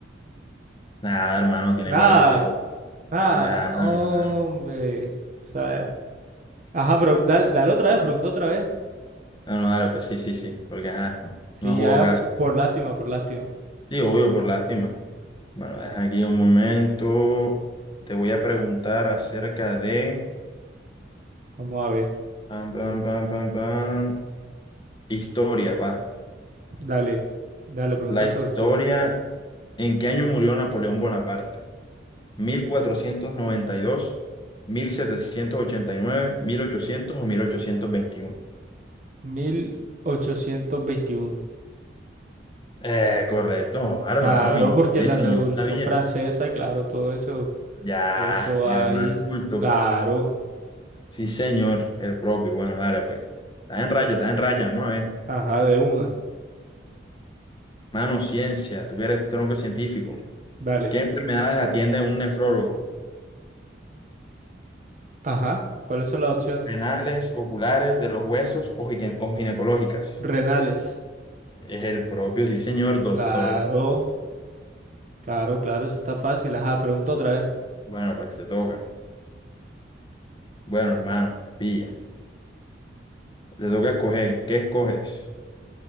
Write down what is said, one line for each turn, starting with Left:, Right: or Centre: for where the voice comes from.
Left: Nada, hermano, tiene
Right: Nada,
Left: cuarenta y dos.
Right: nada,
Left: Nada,
Right: hombre.
Left: hermano.
Right: O sea, ajá, pero dale, dale otra vez, pregunta otra vez.
Left: No, no, dale, pues sí, sí, sí. Porque, ajá,
Right: Sí,
Left: no jugó
Right: ya
Left: casi.
Right: p- por lástima, por lástima.
Left: Sí, obvio, por lástima. Bueno, deja aquí un momento. Te voy a preguntar acerca de...
Right: Vamos a ver.
Left: pam, pam, pam, pam, pam, Historia, va.
Right: Dale, dale, pregunta
Left: La historia
Right: sobre historia.
Left: ¿En qué año murió Napoleón Bonaparte? Mil mil cuatrocientos noventa y y dos, mil setecientos ochenta y nueve, mil ochocientos o 1821?
Right: mil ochocientos veintiuno
Left: Eh, correcto, hermano,
Right: Claro,
Left: y
Right: porque
Left: quién
Right: la
Left: ni
Right: Revolución
Left: yo sabía.
Right: Francesa, claro, todo eso,
Left: Ya,
Right: todo eso va
Left: el más
Right: ahí.
Left: culto,
Right: Claro,
Left: pues. Sí, señor, el propio. Bueno, dale, pues. Está en raya, está en raya, vamos a ver.
Right: ajá, de una.
Left: Mano, ciencia, tú que eres tronco científico.
Right: Dale,
Left: ¿Qué enfermedades atiende un nefrólogo?
Right: ajá. ¿Cuáles son las opciones?
Left: ¿Renales, oculares, de los huesos o, gine- o ginecológicas?
Right: Renales.
Left: Es el propio, sí, señor, doctor.
Right: Claro, claro, claro, eso está fácil. Ajá, pregunta otra vez.
Left: Bueno, pues te toca. Bueno, hermano, pilla. Te toca escoger. ¿Qué escoges?